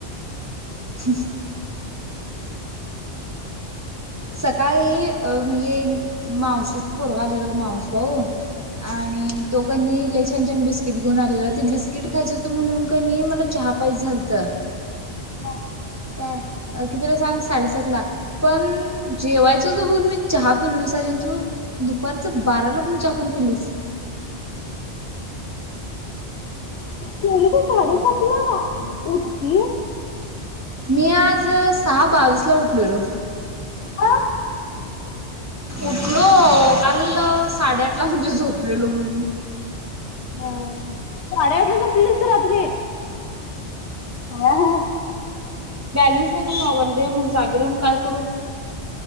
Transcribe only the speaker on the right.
<inaudible> सकाळी म्हणजे मावशीचा पोरग आलेला ग मावस भाऊ आणि तो की नाय छान छान बिस्किट घेऊन आलेला ते बिस्किट खायचं होतं म्हणून का नाही मला चहा पायच झालत
काय कितीला सांग साडेसात ला पण जेवायच त भूर म चहा पिरण्यासारन तू दुपारच बाराला पण चा करून पिलीस
मी आज सहा बावीस ला उठललो
उठलो काल साडेआठ ला म्हणजे झोपलेलो म्हणून
बॅलन्स नाही का मगमध्ये मग जागे राहून काय करू